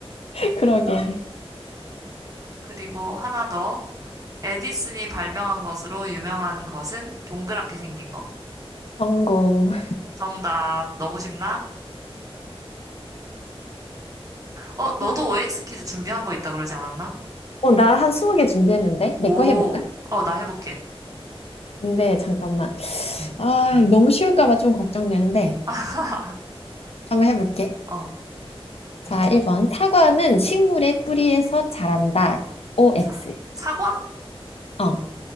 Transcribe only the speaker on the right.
그리고 하나 더 에디슨이 발명한 것으로 유명한 것은 동그랗게 생긴 거.
정답 너무 쉽나? 어 너도
OX 퀴즈 준비한 거 있다 그러지 않았나?
오,
어 나 해볼게.
응.
<laughs>
어 문제
사 사과?